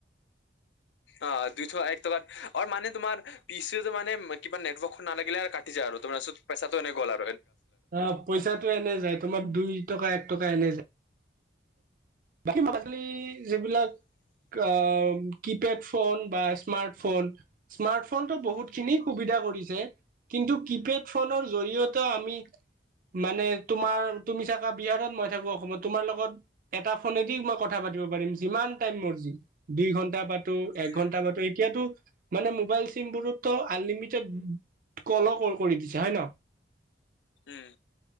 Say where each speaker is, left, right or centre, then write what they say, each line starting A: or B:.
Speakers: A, on the left (about 75°); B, on the right (about 45°).
A: অ দুইশ এক টকাত আৰ মানে তোমাৰ পিচি মানে কিবা নেটৱৰ্কখন নালাগিলে কাটি যায়। আৰ। পচাটো এনে গ'ল আ।
B: অ পইচাটো এনে যায় তোমাৰ দুই টকা এক টকা এনে যায়। হিমা মাছলি যিবিলাক। আ কিপেড ফোন বা স্মাৰ্ট ফোন। স্মাৰ্টফোনতটো বহুতখিনি সুবিধা কৰিছে। কিন্তু কিপেড ফোনৰ জৰিয়তে আমি মানে তোমাৰ তুমি থাকা বিহাৰত মই থাকো অসমত তোমাৰ লগত এটা ফোনেদি মই কথা পাতিব পাৰিম যিমান টাইম ম যি দুই ঘন্টা প একঘণ্টা
A: উম
B: তা মতে এতিয়া টোৰ মোবাইল চিম বোৰত টো আনলিমিটেড। কল কৰি দিছে হয়। ন
A: উম